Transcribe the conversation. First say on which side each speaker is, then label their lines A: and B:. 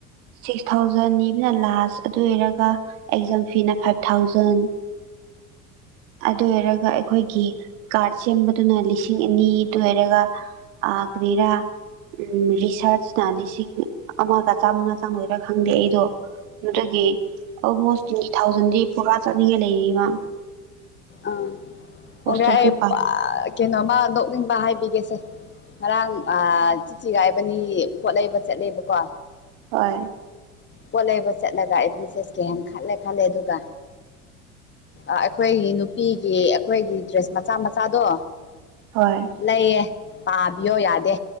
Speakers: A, on the right; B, on the left.
A: ꯁꯤꯛꯁ ꯊꯥꯎꯖꯟ ꯅꯤꯕꯅ ꯂꯥꯁ ꯑꯗꯨ ꯑꯣꯏꯔꯒ ꯑꯦꯛꯖꯥꯝ ꯐꯤꯅ ꯐꯥꯏꯚ ꯊꯥꯎꯖꯟ ꯑꯗꯨ ꯑꯣꯏꯔꯒ ꯑꯩꯈꯣꯏꯒꯤ ꯀꯥꯔꯗ ꯁꯦꯝꯕꯗꯨꯅ ꯂꯤꯁꯤꯡ ꯑꯅꯤ ꯑꯗꯨ ꯑꯣꯏꯔꯒ ꯑ ꯀꯔꯤꯔꯥ ꯎꯝ ꯔꯤꯁꯥꯔꯁꯅ ꯂꯤꯁꯤꯡ ꯑꯃꯒ ꯆꯥꯝꯃꯉꯥ ꯆꯥꯝꯃꯣꯏꯔꯥ ꯈꯪꯗꯦ ꯑꯩꯗꯣ ꯑꯗꯨꯗꯒꯤ ꯑꯣꯜꯃꯣꯁ ꯇ꯭ꯋꯦꯟꯇꯤ ꯊꯥꯎꯖꯟꯗꯤ ꯄꯨꯔꯥ ꯆꯠꯂꯤꯉ ꯂꯩꯃ
B: ꯑꯥ
A: ꯍꯣꯁꯇꯦꯜ
B: ꯑꯣꯗ ꯑꯩ
A: ꯐꯤ ꯄꯥ
B: ꯀꯩꯅꯣꯃ ꯅꯣꯛꯅꯤꯡꯕ ꯍꯥꯏꯕꯤꯒꯦꯁꯦ ꯉꯔꯥꯡ ꯆꯤꯆꯤꯒꯥꯏꯕꯅꯤ ꯄꯣꯠ ꯂꯩꯕ ꯆꯠꯂꯦꯕꯀꯣ
A: ꯍꯣꯏ
B: ꯄꯣꯠ ꯂꯩꯕ ꯆꯠꯂꯒ ꯑꯦꯕꯤꯁꯦꯁ ꯀ ꯍ ꯈꯜꯂꯦ ꯈꯜꯂꯦ ꯑꯗꯨꯒ ꯑꯩꯈꯣꯏꯒꯤ ꯅꯨꯄꯤꯒꯤ ꯑꯩꯈꯣꯏꯒꯤ ꯗ꯭ꯔꯦꯁ ꯃꯆꯥ ꯃꯆꯥꯗꯣ
A: ꯍꯣꯏ
B: ꯂꯩꯌꯦ ꯄꯥꯕꯤꯌꯣ ꯌꯥꯗꯦ